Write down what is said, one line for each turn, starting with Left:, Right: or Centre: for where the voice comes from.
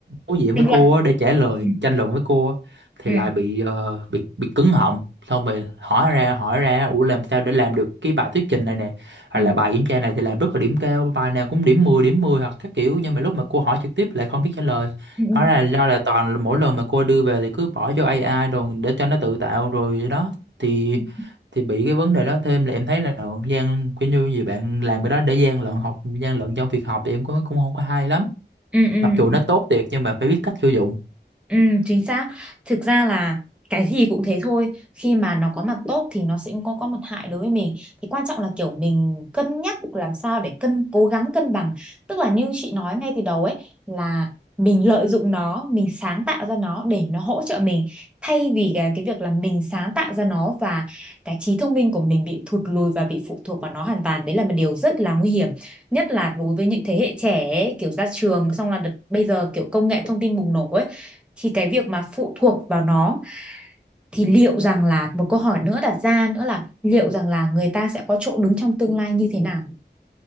Right: đối diện
Centre: tranh
Right: với cô
Centre: luận
Right: á, để trả lời
Centre: ừ
Right: tranh luận với cô á, thì
Centre: ừ
Right: lại bị ờ, bị bị cứng họng xong rồi hỏi ra hỏi ra ủa làm sao để làm được cái bài thuyết trình này nè hoặc
Centre: ừ.
Right: là
Centre: ừ
Right: bài kiểm tra này thì làm rất là điểm cao bài nào cũng điểm 10 điểm 10 hoặc các kiểu nhưng mà lúc mà cô hỏi trực tiếp lại không biết trả lời
Centre: Ừ.
Right: hóa ra là do là toàn là mỗi lần mà cô đưa về thì cứ bỏ vô AI rồi để cho nó tự tạo rồi đó thì
Centre: ừ.
Right: thì bị cái vấn đề đó thêm là em thấy là gian kiểu như gì bạn làm cái đó để gian lận học gian lận trong việc học thì em cũng cũng không có hay lắm
Centre: ừ ừ
Right: mặc dù nó tốt thiệt nhưng mà phải biết cách sử dụng
Centre: Ừ, chính xác. Thực ra là cái gì cũng thế thôi. Khi mà nó có mặt tốt thì nó sẽ có có mặt hại đối với mình. Thì quan trọng là kiểu mình cân nhắc làm sao để cân cố gắng cân bằng. Tức là như chị nói ngay từ đầu ấy là mình lợi dụng nó, mình sáng tạo ra nó để nó hỗ trợ mình thay vì cái, cái việc là mình sáng tạo ra nó và cái trí thông minh của mình bị thụt lùi và bị phụ thuộc vào nó hoàn toàn. Đấy là một điều rất là nguy hiểm. Nhất là đối với những thế hệ trẻ ấy, kiểu ra trường xong là đợt, bây giờ kiểu công nghệ thông tin bùng nổ ấy thì cái việc mà phụ thuộc vào nó thì liệu rằng là một câu hỏi nữa đặt ra nữa là liệu rằng là người ta sẽ có chỗ đứng trong tương lai như thế nào